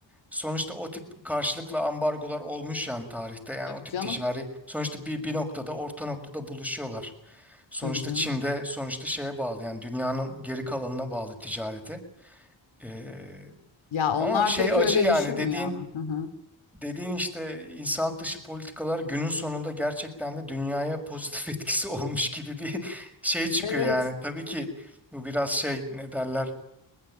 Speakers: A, in the centre; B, on the left (about 75°).
A: sonuçta o tip karşılıklı ambargolar olmuş yani tarihte yani
B: Tabii
A: o tip
B: canım,
A: ticari sonuçta bir bir noktada orta noktada buluşuyorlar. Sonuçta
B: tabii canım.
A: Çin'de sonuçta şeye bağlı yani dünyanın geri kalanına bağlı ticareti. Ee,
B: Ya onlar
A: ama şey
B: pek
A: acı
B: öyle
A: yani
B: düşünmüyor
A: dediğin
B: ama. Hı hı.
A: dediğin işte insanlık dışı politikalar günün sonunda gerçekten de dünyaya pozitif <laughs> etkisi olmuş gibi bir şey çıkıyor
B: Evet.
A: yani. Tabii ki bu biraz şey ne derler